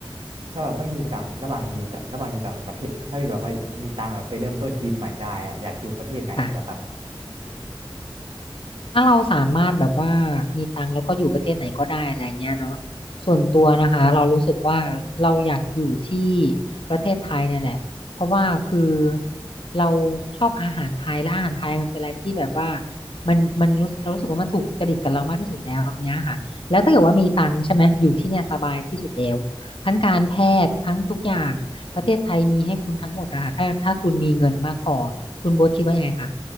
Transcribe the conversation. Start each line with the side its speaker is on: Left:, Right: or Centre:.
Right: ถ้าแบบต้องอยู่ต่างระหว่างอยู่ต่างระหว่างอยู่ต่างประเทศถ้ามีแบบว่ามีตังค์แบบไปเริ่มต้นชีวิตใหม่ได้อะอยากอยู่ประเทศไหนเหรอครับ
Left: ค่ะ ถ้าเราสามารถแบบว่ามีตังค์แล้วก็อยู่ประเทศไหนก็ได้อะไรเงี้ยเนาะส่วนตัวนะคะเรารู้สึกว่าเราอยากอยู่ที่ประเทศไทยเนี่ยแหละเพราะว่าคือเราชอบอาหารไทยและอาหารไทยมันเป็นอะไรที่แบบว่ามันมันรู้เรารู้สึกว่ามันถูกจริตกับเรามากที่สุดแล้วอย่างเงี้ยค่ะแล้วถ้าเกิดว่ามีตังค์ใช่ไหมอยู่ที่เนี่ยสบายที่สุดแล้วทั้งการแพทย์ทั้งทุกอย่างประเทศไทยมีให้คุณทั้งหมดอะค่ะถ้าถ้าคุณมีเงินมากพอคุณโบ๊ทคิดว่ายังไงคะ